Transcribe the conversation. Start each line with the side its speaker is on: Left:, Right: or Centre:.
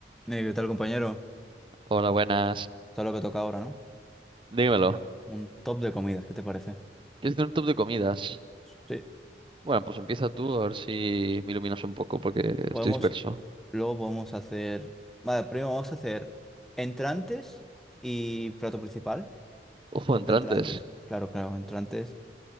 Centre: Eh, ¿Qué tal, compañero?
Right: Hola, buenas.
Centre: ¿Sabes lo que toca ahora, no?
Right: Dímelo.
Centre: Un top de comidas, ¿qué te parece?
Right: ¿Quieres hacer un top de comidas?
Centre: Sí.
Right: Bueno, pues empieza tú a ver si me iluminas un poco porque
Centre: Podemos,
Right: estoy disperso.
Centre: luego podemos hacer. Vale, primero vamos a hacer entrantes y plato principal.
Right: Ojo,
Centre: Top
Right: entrantes.
Centre: entrantes. Claro, claro, entrantes.